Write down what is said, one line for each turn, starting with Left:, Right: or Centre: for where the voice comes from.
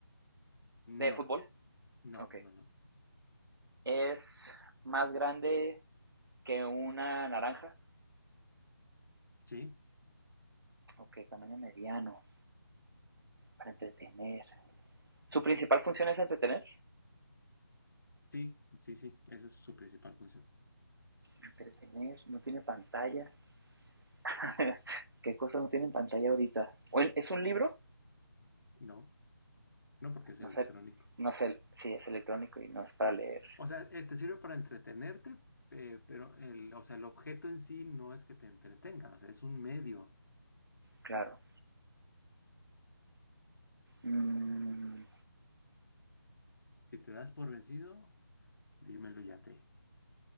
Right: de
Left: No,
Right: fútbol.
Left: no,
Right: Ok.
Left: no, no.
Right: Es más grande que una naranja.
Left: Sí,
Right: Ok, tamaño mediano para entretener. Su principal función es entretener.
Left: sí, sí, sí. Esa es su principal función.
Right: Entretener, no tiene pantalla. <laughs> ¿Qué cosas no tienen pantalla ahorita? ¿Es un libro?
Left: No, no porque es electrónico.
Right: No sé, no sé si sí, es electrónico y no es para leer,
Left: O sea, eh, te sirve para entretenerte, eh, pero el, o sea, el objeto en sí no es que te entretenga, o sea, es un medio.
Right: claro. Mm,
Left: Si te das por vencido, dímelo ya te. <laughs>